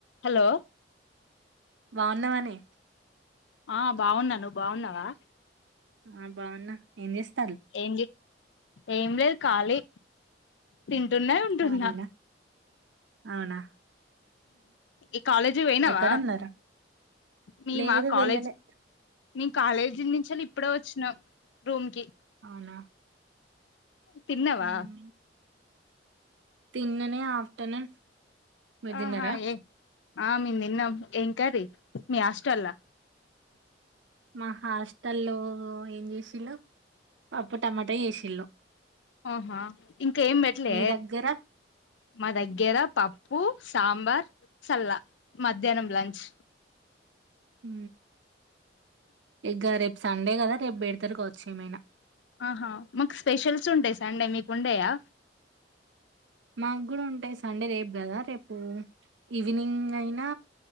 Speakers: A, on the left; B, on the right.
A: Hello
B: బాగున్నావ నే
A: ఆ బాగున్నా నువ్వు బాగున్నావా
B: ఆ బాగున్నా ఏం చేస్తా
A: ఏ ఎమ్లీ కాలీ తింటున్నా వింటున్నా
B: ఖాళీనా అవునా
A: ఉ కాలేజీ పోయినావా
B: ఎక్కడున్నారా
A: మీ
B: లేదు
A: మా కాలేజ్
B: వెళ్ళలే
A: మీ కాలేజీ నుంచి ఇప్పుడ వచ్చినం రూమ్ కి
B: అవునా
A: తిన్నవా
B: మ్మ్. తిన్ననే ఆఫ్టర్నూన్ మీరు తిన్నారా
A: ఆహా ఏ ఆ మేము తిన్నాము ఏం కర్రీ మీ హాస్టల్ లో
B: మహాష్ట తళ ఏం చేసిళు అప్పు టమాటా చేసిళ్ళు
A: ఆహా ఇంకా ఏం పెట్టలే
B: మీ దగ్గర
A: మా దగ్గర పప్పు సాబార్ చల్లా మధ్యాహ్నం లంచ్
B: హ ఎగార ఎఫ సండే కదా రేపు బేడితర కావచ్చు ఏమైనా
A: ఆహా మాకు స్పెషల్స్ ఉంటాయి సండే మీకు ఉండేయా
B: మాకు కూడా ఉంటాయి సండే రేపు కదా రేపు ఈవినింగ్ అయినా